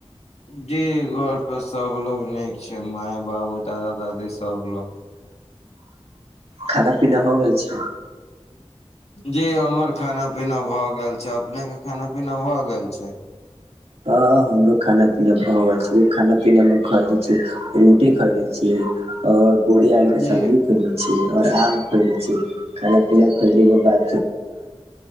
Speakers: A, on the left; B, on the right.
A: जी घर पर सब लोक नीक छथि माय, बाबू, दादा, दादी सभ लोक।
B: खाना पीना हो गेल छय
A: जी हमर खाना पीना भए गेल छै अपने के खाना पीना भय गेल छै
B: हँ हमरो खाना पीना भऽ गेल छय खाना पीना मे खरीद छी रोटी खरीदी छी ओर बोरी आ आलूक
A: जी
B: सब्जी। खेले छी और आम खोएले छी खाना पीना खुएले के बाद